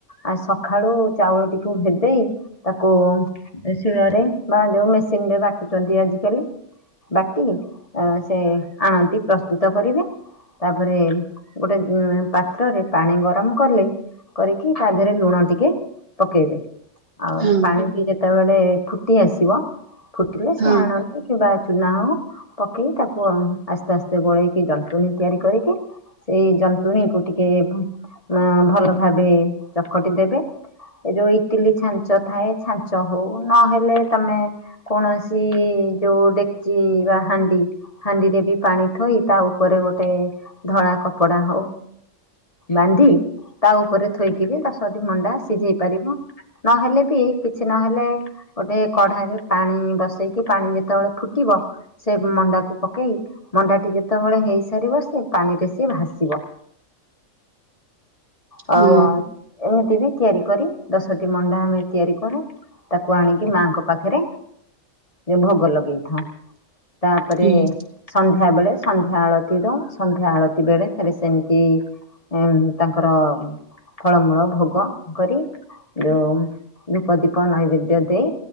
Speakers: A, on the left (about 25°); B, on the right (about 50°).
A: ଆ ସକାଳୁ ଚାଉଳଟିକୁ ଭେଦେଇ ତାକୁ ଶିଳରେ ବା ଯୋଉ ିନରେ ବାଟୁଛନ୍ତି ଆଜିକାଲି। ବାଟି ସେ ଆଣଟି ପ୍ରସ୍ତୁତ କରିବେ। ତାପରେ ଗୋଟେ ପାତ୍ରରେ ପାଣି ଗରମ କଲେ କରିକି ତାଦେହରେ ଲୁଣ ଟିକେ ପକେଇବେ। ଆଉ
B: ହଁ।
A: ପାଣିବି ଯେତେବେଳେ ଫୁଟି ଆସିବ କଟିଲେ ସେ
B: ହଁ
A: ଆଣନ୍ତି କିବା ଚୁନା ହଉ ପକେଇ ତାକୁ ଆସ୍ତେ ଆସ୍ତେ ଗୋଳେଇକି ଯନ୍ତଣୀ ତିଆରି କରିକି ସେଇ ଜନ୍ତୁଣୀକୁ ଟିକେ ଅ ଭଲ ଭାବେ ଚକଟି ଦେବେ। ଏ ଯୋଉ ଇଟିଲି ଛାଞ୍ଚ ଥାଏ ଛାଞ୍ଚ ହଉ ନହେଲେ ତମେ କୌଣସି ଯୋଉ ଡେକଚି ବା ହାଣ୍ଡି ହାଣ୍ଡିରେବି ପାଣି ଥୋଇ ତାଉପରେ ଗୋଟେ ଧଳା କପଡା ହଉ ବାନ୍ଧି ତା ଉପରେ ଥୋଇକିବି ଦସଠି ମଣ୍ଡା ସିଝେଇ ପାରିବ। ନହେଲେବି କିଛି ନହେଲେ ଗୋଟେ କଢାରେ ପାଣି ବସେଇକି ପାଣି ଯେତେବେଳେ ଫୁଟିବ ସେ ମଣ୍ଡାକୁ ପକେଇ ମଣ୍ଡାଟି ଯେତେବେଳେ ହେଇସାରିବ ସେ ପାଣିରେ ସିଏ ଭାସିବ। ହଉ
B: ହଁ
A: ଏମିତି ବି ତିଆରି କରି ଦଶଟି ମଣ୍ଡା ଆମେ ତିଆରିକରୁ ତାକୁ ଆଣିକି ମାଆଙ୍କ ପାଖରେ ଯଉ ଭୋଗ ଲଗେଇଥାଉ ତାପରେ
B: ହଁ
A: ସନ୍ଧ୍ୟା ବେଳେ ସ ନ୍ଧ୍ୟା ଆଳତି ଦଉଁ ସନ୍ଧ୍ୟା ଆଳତି ବେଳେ ଫେରେ ସେମିତି ଉଁ ତାଙ୍କର ଫଳମୂଳ ଭୋଗ କରି ଯୋଉ ଧୂପ ଦୀପ ନୈବେଦ୍ୟ ଦେଇ